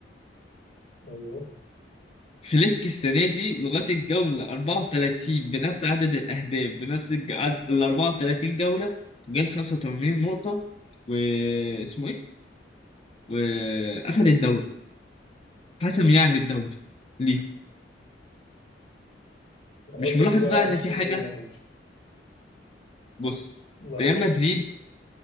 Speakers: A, on the left; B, on the left.
A: ايوه
B: فليك السنة دي لغاية الجولة 34 بنفس عدد الأهداف بنفس الج- عد- ال 34 جولة جاب 85 نقطة واسمه إيه؟ وأخد الدوري حسم يعني الدوري ليه؟ مش
A: قصدك
B: ملاحظ
A: ايه بقى
B: بقى
A: عايز
B: إن في
A: تقول
B: حاجة
A: ايه يعني مش
B: بص
A: لا
B: ريال
A: يعني.
B: مدريد